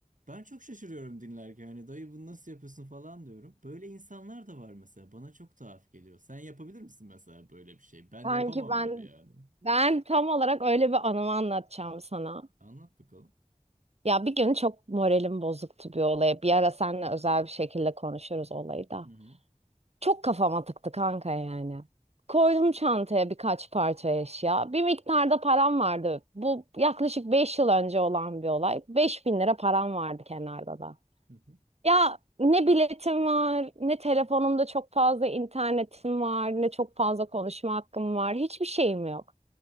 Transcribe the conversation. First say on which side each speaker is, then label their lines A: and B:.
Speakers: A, on the right; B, on the right.
A: Ben çok şaşırıyorum dinlerken. Hani dayı bunu nasıl yapıyorsun falan diyorum. Böyle insanlar da var mesela. Bana çok tuhaf geliyor. Sen yapabilir misin mesela böyle bir şey? Ben
B: Sanki
A: yapamam
B: ben
A: gibi yani.
B: ben tam olarak öyle bir anımı anlatacağım sana.
A: Anlat bakalım.
B: Ya bir gün çok moralim bozuktu bir olaya. Bir ara seninle özel bir şekilde konuşuruz olayı da.
A: Hı hı.
B: Çok kafama tıktı kanka yani. Koydum çantaya birkaç parça eşya. Bir miktarda param vardı. Bu yaklaşık 5 yıl önce olan bir olay. 5000 lira param vardı kenarda da.
A: Hı hı.
B: Ya ne biletim var, ne telefonumda çok fazla internetim var, ne çok fazla konuşma hakkım var. Hiçbir şeyim yok.